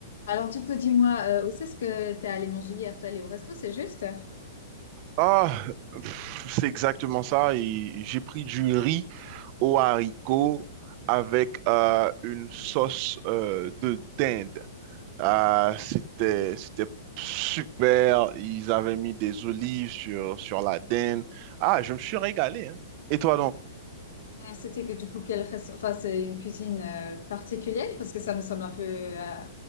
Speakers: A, on the left; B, on the right.
A: Alors, du coup, dis-moi, euh, où c'est-ce que t'es allé manger hier? T'es allé au resto, c'est juste?
B: Ah, pff, c'est exactement ça. Et j'ai pris du riz aux haricots avec euh, une sauce euh, de dinde. Ah, c'était, c'était super. Ils avaient mis des olives sur, sur la dinde. Ah, je me suis régalé, hein. Et toi donc?
A: Et c'était que, du coup, quel resto? Enfin, c'est une cuisine euh, particulière parce que ça me semble un peu. euh,